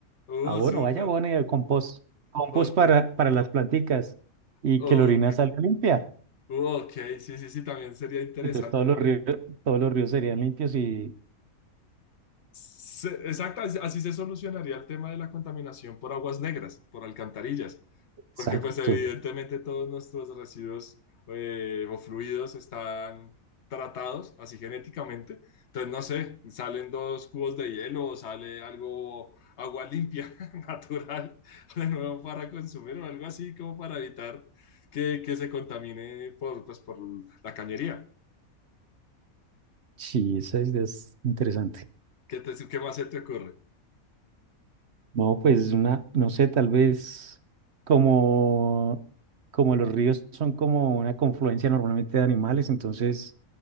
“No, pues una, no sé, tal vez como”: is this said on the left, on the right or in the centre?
Right